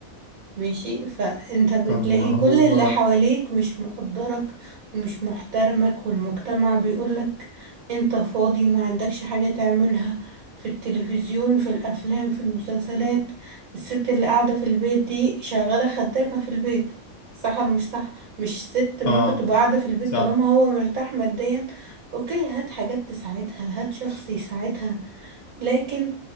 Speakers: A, on the right (about 80°); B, on the left (about 80°).
A: ماشي فانت بتلاقي
B: طب ما هو
A: كل اللي حواليك مش مقدرك ومش محترمك والمجتمع بيقولك انت فاضي وما عندكش حاجة تعملها في التلفزيون في الافلام في المسلسلات الست اللي قاعدة في البيت دي شغالة خدامة في البيت صح ولا مش صح مش ست ممكن
B: آه
A: تبقى قاعدة في البيت
B: صح
A: طالما هو مرتاح ماديا اوكي هات حاجات تساعدها هات شخص يساعدها لكن